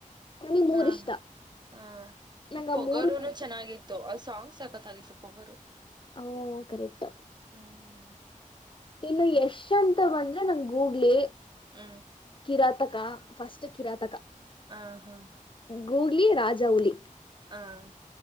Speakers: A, on the left; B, on the right.
A: ನನಗ್ ಮೂರ್
B: ಹ
A: ಇಷ್ಟ
B: ಹ
A: ನಂಗ
B: ಪೊಗರುನು
A: ಆ ಮೂರು
B: ಚೆನ್ನಾಗಿತ್ತು ಅ ಸಾಂಗ್ಸ್ ಸಕ್ಕತ್ತಾಗಿತ್ತು ಪೊಗರು
A: ಹೌ <unintelligible> ಕರೆಕ್ಟ್
B: ಹ್ಮ್
A: ಇನ್ನು ಯಶ್ ಅಂತ ಬಂದ್ರೆ ನಂಗ್ ಗೂಗ್ಲಿ
B: ಹ್ಮ್
A: ಕಿರಾತಕ ಫರ್ಸ್ಟ್ ಕಿರಾತಕ
B: ಆ ಹಾ
A: ಗೂಗ್ಲಿ ರಾಜಾಹುಲಿ
B: ಹ್ಮ